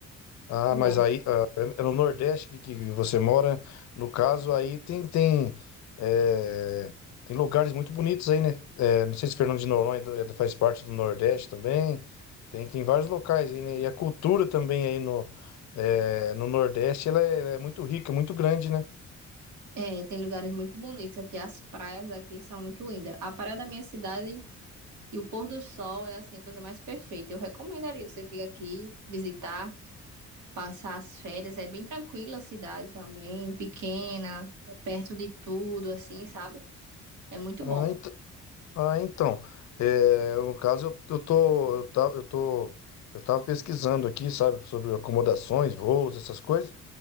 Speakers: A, on the left; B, on the right.
A: Ah,
B: muito
A: mas
B: bom.
A: aí ah, é no Nordeste que, que você mora. No caso, aí tem tem, é, tem lugares muito bonitos aí, né? É, não sei se Fernando de Noronha é- faz parte do Nordeste também. Tem, tem vários locais aí, né? E a cultura também aí no, é, no Nordeste, ela é, ela é muito rica, muito grande, né?
B: É, tem lugares muito bonitos aqui. As praias aqui são muito lindas. A praia da minha cidade e o pôr do sol é assim a coisa mais perfeita. Eu recomendaria você vir aqui visitar, passar as férias. É bem tranquila a cidade também, pequena, é perto de tudo, assim, sabe? É muito
A: Ah,
B: bom.
A: ent- Ah, então, é, no caso eu, eu tô, eu tava, eu tô, eu tava pesquisando aqui, sabe, sobre acomodações, voos, essas coisas,